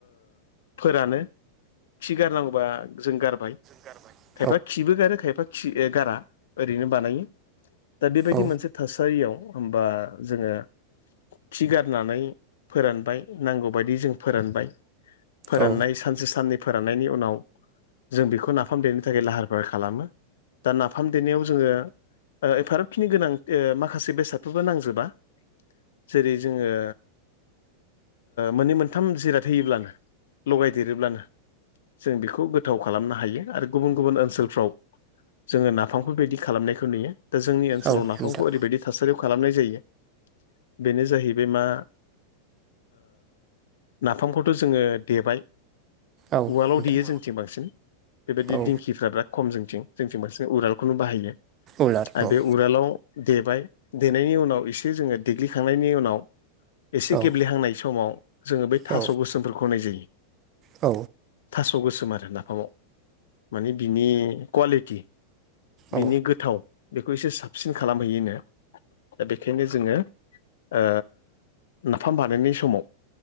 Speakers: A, on the left (about 60°); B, on the right (about 30°).
A: फोरानो खि गारनांगौबा जों गारबाय
B: गारबाय
A: खायफा खिबो गारो खायफा खि गारा ओरैनो बानायो दा बेबायदि
B: औ
A: मोनसे थासारियाव होमबा जोङो खि गारनानै फोरानबाय नांगौबायदि जों फोरानबाय फोराननाय
B: औ
A: सानसे साननै फोराननायनि उनाव जों बेखौ नाफाम देनो थाखाय लाहार फाहार खालामो दा नाफाम देनायाव जोङो एफारखिनि गोनां माखासे बेसादफोरबो नांजोबा जेरै जोङो मोननै मोनथाम जिराद होयोब्लानो लगायदेरोब्लानो जों बेखौ गोथाव खालामनो हायो आरो गुबुन गुबुन ओनसोलफ्राव जोङो नाफामफोर बिबायदि खालामनायखौ नुयो दा जोंनि ओनसोलाव
B: औ
A: नाफामखौ
B: नोंथां
A: ओरैबायदि थासारियाव खालामनाय जायो बेनो जाहैबाय बे मा नाफामखौथ' जोङो देबाय
B: औ
A: उवालआव
B: नोंथां
A: देयो जोंनिथिं बांसिन बेबायदि
B: औ
A: दिंखिफ्रा बिराद खम जोंथिं जोंथिं बांसिन उवालखौनो बाहायो
B: उलार
A: आरो
B: औ
A: बे उवालाव देबाय देनायनि उनाव एसे जोङो देग्लिखांनायनि उनाव एसे
B: औ
A: गेब्लेहांनाय समाव जोङो बै थास'
B: औ
A: गोसोमफोरखौ होनाय जायो
B: औ
A: थास' गोसोम आरो नाफामाव माने बिनि कुवालिटि बिनि
B: औ
A: गोथाव बेखौ एसे साबसिन खालामहैयोनो दा बेखायनो जोङो ओ नाफाम बानायनाय समाव